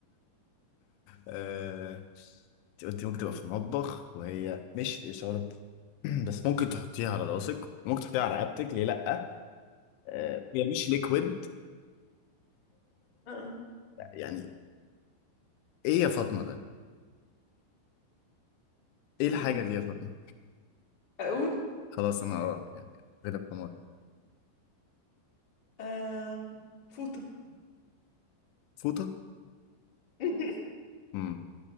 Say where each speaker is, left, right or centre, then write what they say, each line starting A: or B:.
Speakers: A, on the left; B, on the left.
A: آه، انت قلتي ممكن تبقى في المطبح وهي مش إشارة <clears throat> بس ممكن تحطيها على راسك وممكن تحطيها على رقبتك ليه لأ آه، هي مش ليكويد
B: أم،
A: يعني ايه يا فاطمه ده
B: <laughs>
A: ايه الحاجه دي يا فاطمه
B: أقول
A: خلاص انا اه يعني غلب حماري
B: أم... فوطة
A: فوطه
B: <laughs>
A: امم